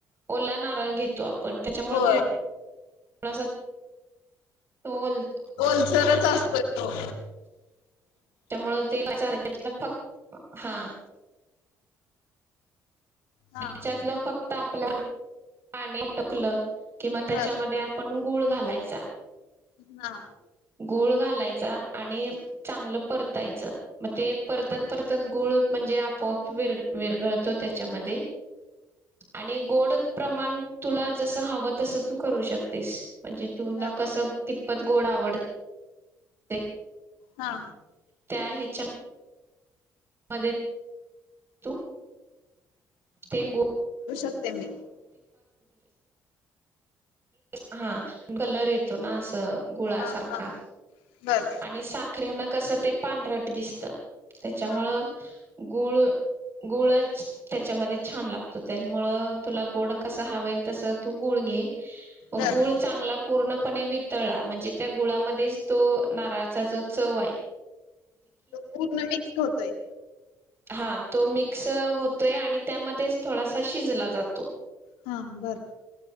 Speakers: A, on the right (about 25°); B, on the left (about 65°).
A: ओला नारळ घेतो आप पण, त्याच्यामुळे
B: होय
A: थोड थोडासा टोल
B: ओलसरच असतो तो.
A: त्यामुळे ते फक्त हा
B: हा
A: च्यातलं फक्त आप आपल पाणी अटकलं किंवा त्याच्यामध्ये
B: बर
A: आपण गुळ घालायचा
B: हा.
A: गूळ घालायचा आणि चांगलं परतायचं मग ते परतत परतत गूळ म्हणजे आपोआप विर विरगळतो त्या मधे आणि गोड प्रमाण तुला जस हवं तस तू करू शकतेस म्हणजे तुला
B: बर
A: कस कितपत गोड आवडत ते
B: हा
A: त्या हेच्या मध्ये तू ते गो
B: <inaudible> ते मी
A: हा कलर येतो ना असं गुळासारखा
B: हा हा बर
A: आणि साखर्यान कसं ते पांढऱ्या दिसत त्याच्यामुळं
B: हा
A: गुळ गुळचं त्याच्यामध्ये छान लागतो तेज्यामुळं तुला गोड कस हवेय तसं तू गुळ घे मग
B: बर
A: गुळ चांगला पूर्णपणे वि तळा म्हणजे त्या गुळामध्येच तो नारळाचा जो चव्हाय
B: तो पूर्ण मिक्स होतोय.
A: हा तो मिक्स होतोय आणि त्यामध्येच थोडासा शिजला जा तो
B: हा बरं.